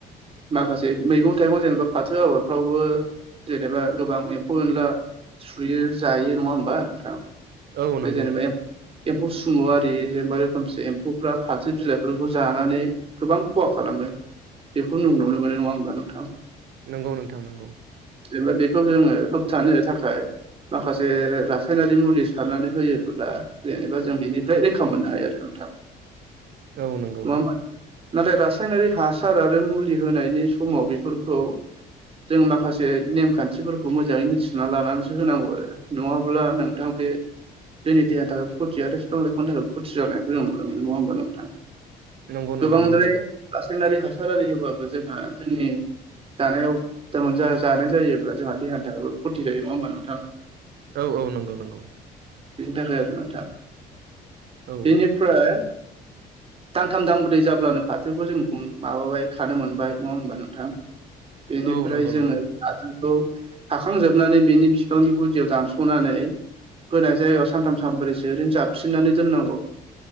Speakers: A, on the right; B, on the right.
A: माखासे मैगं थाइगं जेनेबा फाथो आबादफ्रावबो जेनेबा गोबां एम्फौ एनला सुयो जायो नङा होमबा नोंथां
B: औ नंगौ
A: बे जेनेबा एम्फौ सुमु आरि जेनेबा रोखोमसे एम्फौफ्रा फाथो बिलाइफोरखौ जानानै गोबां खहा खालामो बेखौ जों नुनो मोनो नङा होमबा नोंथां
B: नंगौ नोंथां नंगौ
A: एबा बेखौ जोङो होबथानो थाखाय थाखाय माखासे रासायनारि मुलि सारनानै होयोब्ला जेनेबा जों बेनिफ्राय रैखा मोननो हायो आरो नोंथां नङा
B: औ नंगौ
A: होमबा नाथाय रासायनारि हासार आरो मुलि होनायनि समाव बेफोरखौ जों माखासे नेमखान्थिफोरखौ मोजाङै मिथि ना लानानैसो होनांगौ आरो नङाब्ला नोंथां बे जोंनि देहानि थाखायबो खथिया आरो बिफां लाइफांनि थाखायबो खथि जानाय जों नुनो मोनो आरो नङा होमबा नोंथां
B: नंगौ नोंथां
A: गोबांद्राय
B: नंगौ
A: रासायनारि हासार आरि होबाबो जोंहा जोंनि जानायाव जानाय जायोब्ला जोंहा देहानि थाखायो खथि जायो नङा होमबा नोंथां
B: औ-औ नंगौ नंगौ
A: बेनि थाखाय आरो नोंथां
B: औ
A: बेनिफ्राय दानथाम दानब्रै जाब्लानो फाथोखौ जों माबाबाय खानो मोनबाय नङा होमबा नोंथां बेनिफ्राय
B: औ नंगौ
A: जोङो
B: नंगौ
A: फाथोखौ खाखांजोबनानै बिनि बिफांनि गुदियाव दानस'नानै गोरान जायगायाव सानथाम सानब्रैसो ओरैनो जाबफिननानै दोननांगौ